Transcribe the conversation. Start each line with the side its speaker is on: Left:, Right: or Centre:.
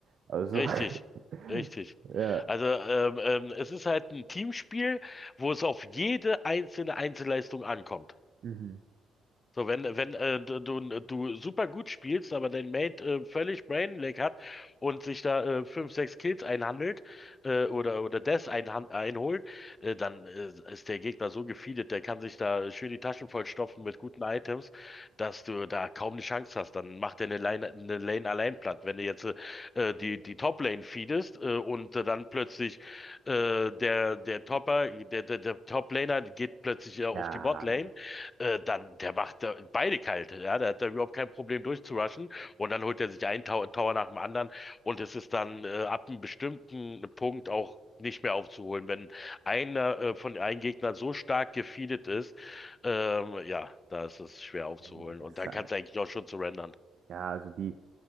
Right: Also,
Left: Richtig,
Right: <laughs>
Left: richtig.
Right: ja.
Left: Also ähm, ähm, es ist halt ein Teamspiel, wo es auf jede einzelne Einzelleistung ankommt.
Right: Mhm.
Left: So, wenn, wenn äh, du, du du super gut spielst, aber dein Mate äh, völlig Brainlag hat und sich da äh, fünf, sechs Kills einhandelt äh, oder, oder Deaths einhan- einholt, äh, dann äh, ist der Gegner so gefeedet, der kann sich da schön die Taschen vollstopfen mit guten Items, dass du da kaum eine Chance hast. Dann macht er eine Lane, eine Lane allein platt. Wenn du jetzt äh, die, die Top-Lane feedest äh, und äh, dann plötzlich äh, der, der Topper, der, der, der Top-Laner geht plötzlich äh, auf
Right: Ja,
Left: die Bot-Lane äh, dann, der macht da beide kalt, ja, der hat da überhaupt kein Problem durchzurushen und dann holt er sich einen Tower, Tower nach dem anderen und es ist dann äh, ab einem bestimmten Punkt auch nicht mehr aufzuholen, wenn einer äh, von einem Gegner so stark gefeedet ist, ähm, ja, da ist es schwer aufzuholen
Right: nee, nee, das
Left: und
Right: ist
Left: dann
Right: halt,
Left: kannst du eigentlich auch schon surrendern.
Right: ja, also die,